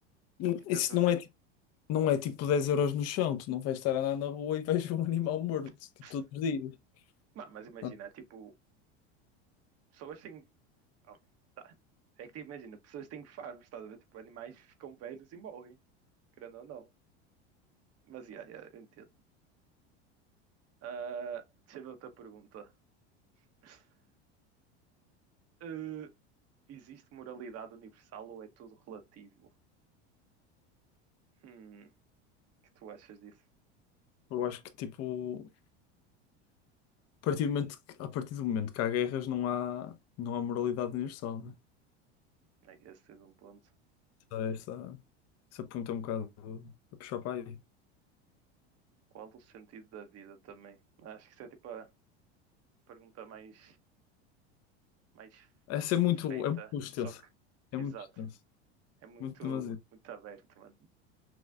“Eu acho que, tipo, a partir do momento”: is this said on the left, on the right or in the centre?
Left